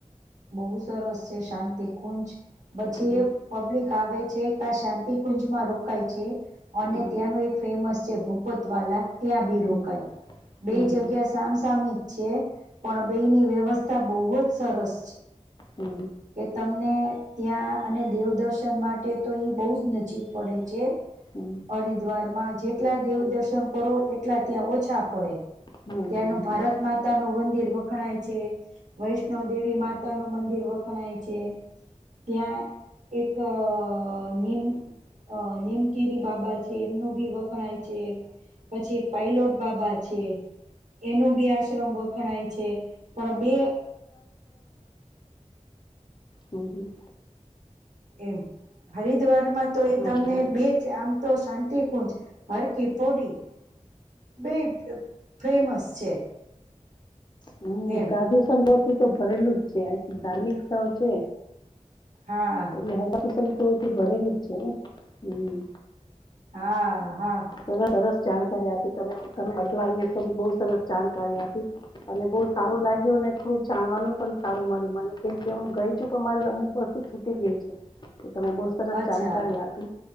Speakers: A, on the right (about 75°); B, on the left (about 35°).
A: બહુ સરસ છે. શાંત કુંજ બછી
B: હમ
A: પબ્લિક આવે છે કે શાંત કુંજમાં રોકાય છે. અને
B: હમ
A: ત્યાંનું એક ફેમસ. જે ભૂપોત વાલાા. ત્યાં બી
B: હમ
A: રોકાય. બે
B: હમ
A: જગ્યા સામસામી જ છે પણ બેની વ્યવસ્થા. ત બહુત. સરસ.
B: હમ હમ
A: કે તમને. ત્યાં અને દેવદર્શન માટે તો એ બહુ જ ન જીક પડે છે.
B: હમ હમ
A: હરિદ્વાર માં જેટલા દેવ દર્શન કરો એ. એટલા ત્યાં ઓછા પડે.
B: હમ હમ હમ હમ હમ
A: ત્યાંનું
B: હમ હમ હમ
A: ભારત
B: હમ
A: માતા નું મંદિર. ખણાય છે. વૈષ્ણવ દેવી માતા. મંદિર વખણાાય છે. ત્યાં એક. મ અ નીમકેરી બાબા છે. એમનું ભી વખણાય છે. પછી એક પાયલોટ બાબા છે.. એનું બી આશ્રમ વખણાય છે. પણ બે..
B: હમ્મ-હમ્મ.
A: એમ, હરિદ્વારમાં તો એ
B: હમ
A: તમને
B: હમ
A: બે જ આમ તો શાં તિકુંજ, હરકી પોડી બેય ફેમસ છે.
B: હમ્મ
A: એમ
B: સાધું સંતો ઈ તો ભરેલું જ છે. આ એક ધાર્મિક સ્થળો છે
A: હા
B: એટલે <unintelligible> તો તે ભરેલું જ છે ને, હમ્મ.
A: હા. હા
B: એવા સરસ જાણકારી આપી તમે તમે હરિદ્ધાર ગયા તમે બહું સરસ જાણકારી આપી, અને બહુ સારું લાગ્યું અને થોડુંક જાણવાનું પણ સારું મળ્યું મને, કેમકે હું ગઈ છું, પણ મારે અમુક વસ્તુ છૂટી ગઈ છે. તો તમે બહુ સરસ
A: અચ્છા
B: જાણકારી આપી.